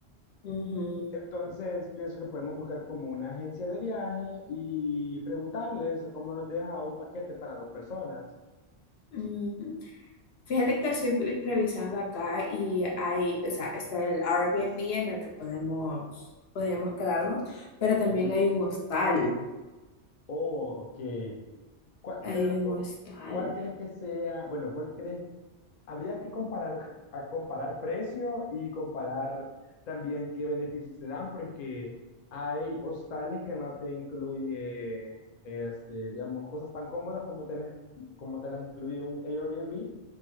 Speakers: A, on the left; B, on the left.
A: Ujú,
B: Entonces, pienso que podemos buscar como una agencia de viaje y preguntarles cómo nos deja un paquete para dos personas.
A: ujú. Fíjate que estoy revisando acá y hay, o sea, está el Airbnb en el que podemos, podríamos quedarnos, pero también
B: Ujú.
A: hay un hostal.
B: Oh, ok. ¿Cuál-
A: Hay
B: pero,
A: un hostal.
B: ¿cuál crees que sea? Bueno, ¿cuál crees habría que comparar, a comparar precio y comparar también qué beneficios te dan, porque hay hostales que no te incluyen, este, digamos, cosas tan cómodas como te las, como te las incluye un Airbnb,